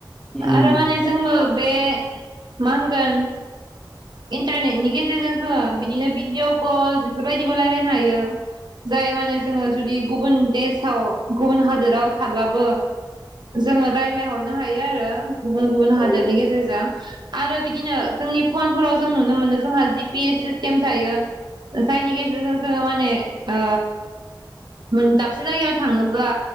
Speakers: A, in the centre; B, on the right.
A: उम उम
B: आरो माने जोंबो बे माहोनगोन इन्टारनेटनि गेजेरजोङो बिदिनो भिडिअ कल बेफोरबायदिबो रायलायनो हायो। जाय माने जोङो जुदि गुबुन देशाव गुबुन हादोराव थाब्लाबो जोङो रायज्लायहरनो हायो आरो गुबुन गुबुन हादोरनि
A: औ
B: गेजेरजों आरो बिदिनो जोंनि फनफोराव जों नुनो मोनो जोंहा जि पि एस सिस्टेम थायो। जायनि गेजेरजों जोङो माने ओ मोन दाबसे जायगायाव थाङोब्ला